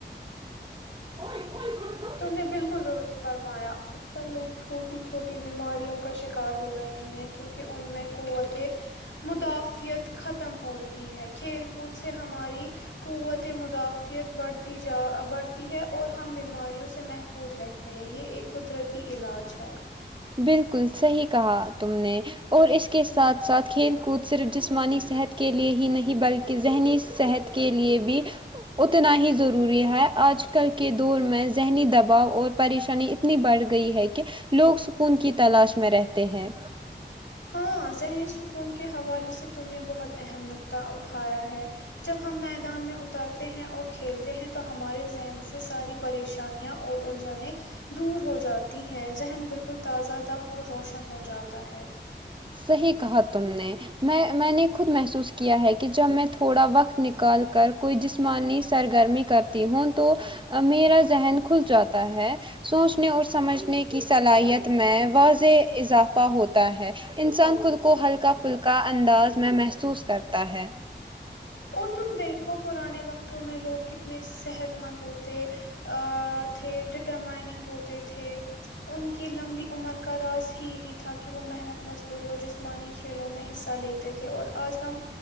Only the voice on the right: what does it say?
کوئی کوئی گڑ گ
بالکل صحیح کہا تم نے اور اس کے ساتھ ساتھ کھیل کود صرف جسمانی صحت کے لیے ہی نہیں بل کی ذہنی صحت کے لیے بھی اتنا ہی ضروری ہے آج کل کے دور میں ذہنی دباؤ اور پریشانی اتنی بڑھ گئی ہے کہ لوگ سکون کی تلاش میں رہتے ہیں
صحیح کہا تم نے میں میں نے خود محسوس کیا ہے کہ جب میں تھوڑا وقت نکال کر کوئی جس مانی سرگرمی کرتی ہوں تو میرا ذہن کھل جاتا ہے سوچنے اور سمجھنے کی صلاحیت میں واضح اضافہ ہوت تا ہے انسان خود کو ہلکا پھلکا انداز میں محسوس کرتا ہے